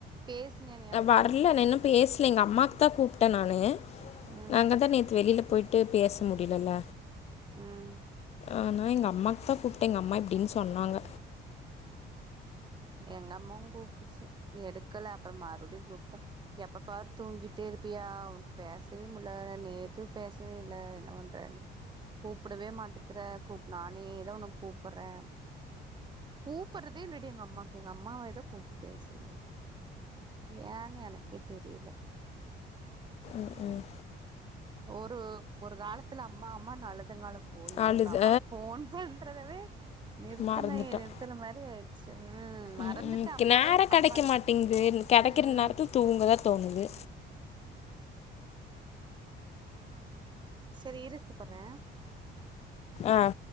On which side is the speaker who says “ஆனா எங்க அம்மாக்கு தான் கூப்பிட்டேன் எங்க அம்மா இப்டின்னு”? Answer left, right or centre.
Left